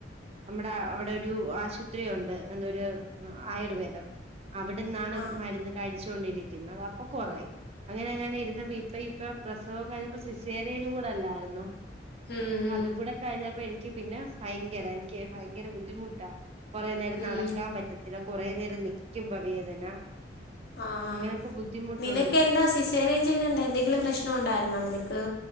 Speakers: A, on the right; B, on the left.
A: നമ്മുടെ അവിടെ ഒരു ആശുപത്രി ഉണ്ട് എന്ത ഒരു ആയുർവേദം അവിടെന്നാണ്
B: ആഹ്
A: മരുന്ന് കഴിച്ചുകൊണ്ടിരിക്കുന്നത് അപ്പൊ കൊറയും അങ്ങനെ അങ്ങനെ ഇരുന്നപ്പ ഇപ്പ ഇപ്പൊ പ്രസവം കഴിഞ്ഞപ്പോ സിസേറിയൻ കൂടല്ലാരുന്നോ
B: ഉം ഉം
A: അതും കൂടെ കഴിഞ്ഞപ്പ എനിക്ക് പിന്നെ ഭയങ്കര എനിക്ക് ഭയങ്കര ബുദ്ധിമുട്ടാ കുറേ നേരം
B: ഉം
A: നടക്കാൻ പറ്റത്തില്ല കുറേ നേരം നിൽക്കുമ്പോ വേദന
B: ആഹാ
A: അങ്ങനെയൊക്കെ ബുദ്ധിമുട്ടുണ്ട്
B: നിനക്ക് എന്താ സിസേറിയൻ ചെയ്തണ്ട് എന്തെങ്കിലും പ്രശ്നം ഉണ്ടായിരുന്നോ നിനക്ക്